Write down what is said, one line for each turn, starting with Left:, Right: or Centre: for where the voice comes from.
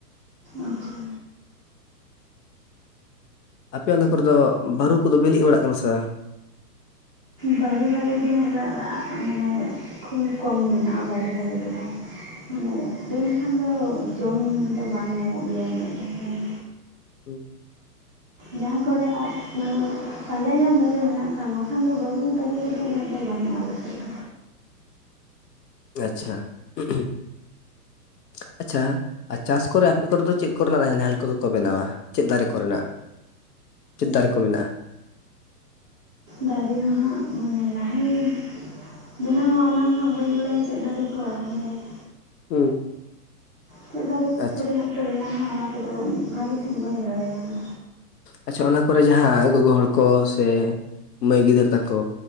Centre: ᱟᱪᱪᱷᱟ
Left: ᱟᱯᱮ ᱟᱱᱟ ᱠᱚᱨᱮ ᱫᱚ ᱵᱟᱹᱨᱩ ᱠᱚᱫᱚ ᱵᱤᱞᱤᱜ ᱵᱟᱲᱟᱜ ᱠᱟᱱᱟ ᱥᱮ ᱵᱟᱝ?
Centre: ᱵᱟᱹᱨᱩ ᱫᱟᱨᱮ ᱨᱮ ᱢᱟᱱᱮ ᱠᱷᱩᱵ ᱠᱚᱢ ᱢᱮᱱᱟᱜᱼᱟ ᱵᱟ. ᱨᱩ ᱫᱟᱨᱮ ᱠᱚᱫᱚ ᱮᱸ ᱞᱟᱹᱭ ᱞᱮᱠᱷᱟᱱ ᱫᱚ ᱡᱚᱢ ᱫᱚ ᱵᱟᱝ ᱧᱟᱢᱚᱜ ᱜᱮᱭᱟ ᱩᱱᱟᱹᱜ ᱫᱚ ᱢᱟᱱᱮ
Left: ᱦᱩᱸ
Centre: ᱡᱟᱦᱟᱸ ᱠᱚᱨᱮ ᱟᱨ ᱢᱟᱱᱮ ᱯᱟᱸᱡᱟ ᱧᱟᱢ ᱫᱟᱨᱮ ᱢᱮᱱᱟᱜ ᱠᱷᱟᱱ ᱵᱟᱠᱷᱟᱱ ᱫᱚ ᱵᱟᱹᱨᱩ ᱫᱟᱨᱮ ᱠᱚᱮᱫ ᱩᱱᱟᱹᱜ ᱫᱚ ᱵᱟᱝᱟᱹᱱᱩᱜ-ᱟ ᱟᱞᱮ ᱥᱮᱫ ᱫᱚ᱾
Left: ᱟᱪᱪᱷᱟ ᱦᱩᱸ ᱦᱩᱸ <inaudible> ᱟᱪᱪᱷᱟ ᱟᱨ ᱪᱟᱥ ᱠᱚᱨᱮ ᱟᱯᱮ ᱠᱚᱨᱮ ᱫᱚ ᱪᱮᱫ ᱠᱚᱨᱮᱱᱟᱜ ᱱᱟᱦᱮᱞ ᱠᱚᱫᱚ <inaudible> ᱠᱚ ᱵᱮᱱᱟᱣᱟ ᱪᱮᱫ ᱫᱟᱨᱮ ᱠᱚᱨᱮᱱᱟᱜ ᱪᱮᱫ ᱫᱟᱨᱮ ᱠᱚ ᱢᱮᱱᱟᱜᱼᱟ
Centre: ᱫᱟᱨᱮ ᱦᱚᱸ ᱦᱟᱸᱜ ᱢᱟᱱᱮ ᱞᱟ <unintelligible> ᱦᱩᱸ <inaudible> ᱵᱮᱱᱟᱣᱟ ᱚᱱᱟ <inaudible> ᱤᱧᱦᱟᱸᱜ ᱵᱟᱹᱧ ᱵᱟᱲᱟᱹᱟᱭᱟ ᱪᱮᱫ ᱫᱟᱨᱮ ᱠᱚ <unintelligible> <inaudible>
Left: ᱦᱩᱸ
Centre: ᱪᱮᱫ ᱫᱟᱨᱮ
Left: ᱟᱪᱪᱷᱟ
Centre: ᱠᱚᱨᱮᱱᱟᱜ ᱪᱚ ᱵᱮᱱᱟᱣᱟ ᱚᱱᱟ ᱠᱚᱫᱚ ᱵᱷᱟᱜᱮ ᱴᱷᱤᱠ ᱵᱟᱹᱧ ᱵᱟᱲᱟᱭᱟ᱾ <inaudible>
Left: ᱟᱪᱪᱷᱟ ᱚᱱᱟ ᱠᱚᱨᱮ ᱡᱟᱦᱟᱸ ᱜᱚᱜᱚ ᱦᱚᱲ ᱠᱚ ᱥᱮ ᱢᱟᱹᱭ ᱜᱤᱫᱟᱹᱨ ᱛᱟᱠᱚ